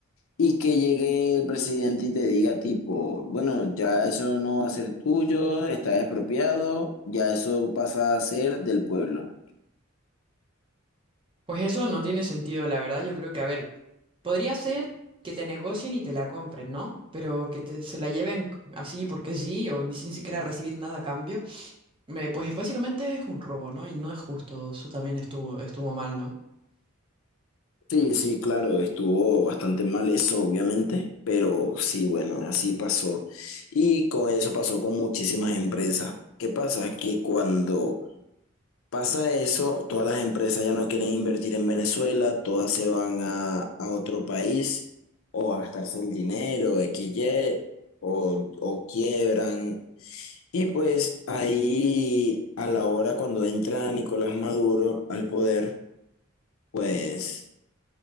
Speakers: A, on the left; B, on the right.
A: y que llegue el presidente y te diga tipo, bueno, ya eso no va a ser tuyo, está expropiado, ya eso pasa a ser del pueblo.
B: Pues eso no tiene sentido, la verdad. Yo creo que, a ver, podría ser que te negocien y te la compren, ¿no? Pero que te, se la lleven así porque sí o ni sin siquiera recibir nada a cambio, eh, pues básicamente es un robo, ¿no? Y no es justo. Eso también estuvo, estuvo mal, ¿no?
A: Sí, sí, claro, estuvo bastante mal eso, obviamente, pero sí, bueno, así pasó. Y con eso pasó con muchísimas empresas. ¿Qué pasa? Que cuando pasa eso, todas las empresas ya no quieren invertir en Venezuela, todas se van a, a otro país o a gastarse el dinero, X, Y, o, o quiebran. Y pues ahí, a la hora cuando entra Nicolás Maduro al poder, pues...